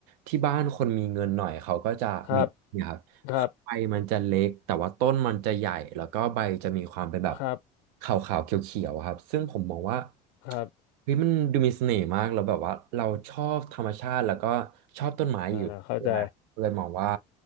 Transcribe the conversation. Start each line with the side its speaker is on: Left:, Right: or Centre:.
Right: ที่บ้านคนมีเงินหน่อยเขาก็จะมีเนะครับ
Left: ครับครับ
Right: ใบมันจะเล็กแต่ว่าต้นมันจะใหญ่แล้วก็ใบจะมีความเป็นแบบ
Left: ครับ
Right: ขาวๆเขียวๆอะครับซึ่งผมมองว่า
Left: ครับ
Right: เฮ้ยมันดูมีเสน่ห์มากแล้วแบบว่าเราชอบธรรมชาติแล้วก็ชอบต้นไม้อยู่ด้วยครับเลยมองว่า
Left: อ่าเข้าใจ